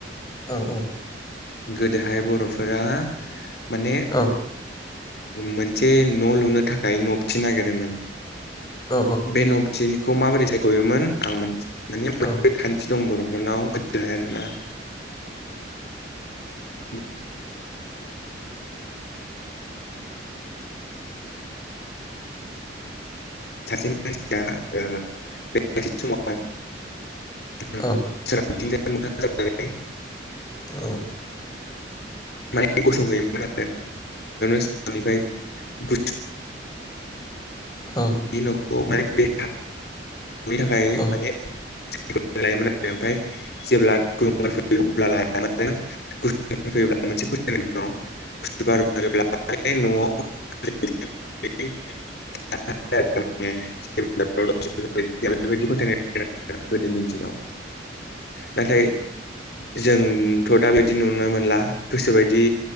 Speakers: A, on the left; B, on the left.
A: औ औ।
B: गोदोहाय बर'फोरा। माने।
A: औ
B: मोनसे न' लुनो थाखाय नबथिनो ना गिरोमोन।
A: औ
B: बेेनबथि। बेखौ माबोरै सायख'योमोन आं। माने मोनसे
A: औ
B: खान्थि दं बर'। बे नाव। दा आरो ना <inaudible> <unintelligible> <unintelligible> सासे मानसिया ओ बे समाव। <unintelligible>
A: औ
B: <unintelligible>
A: औ।
B: गसंहोयोमोन <unintelligible> <unintelligible>
A: औ
B: बिदि नख <unintelligible> बिनि थाखाय
A: औ
B: माने। <unintelligible> जेब्ला गर फैयो अब्ला। <unintelligible> <unintelligible> <unintelligible> <unintelligible> <unintelligible> बेबायदि फोथायनाय गोदोनि दिनाव। नाथाय। जोंथ' दा बि। दि नुनो मोनला। गोसोबायदि